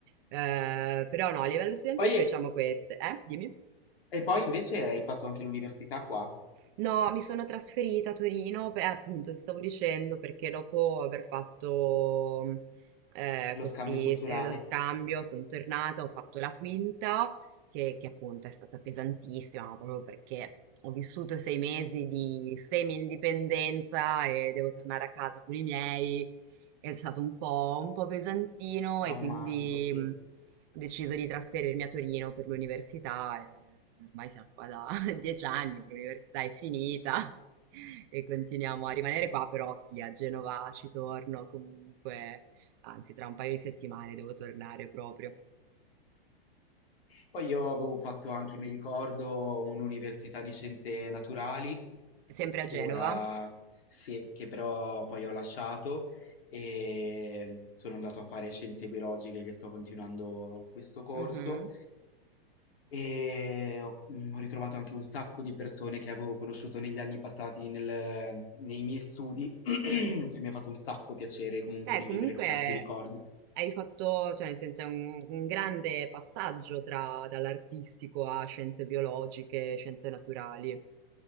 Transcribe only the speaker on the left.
poi,
e poi invece hai fatto anche l'università qua,
lo
scambio culturale,
traumatico,
sì.
Poi io avevo fatto anche, mi ricordo, un'università di scienze naturali
che
ora sì, che però poi ho lasciato e sono andato a fare scienze biologiche che sto continuando questo corso
e ho, mm, ho ritrovato anche un sacco di persone che avevo conosciuto negli anni passati nel- nei miei studi <clears throat> e
mi ha fatto un sacco piacere comunque
rivivere
certi ricordi.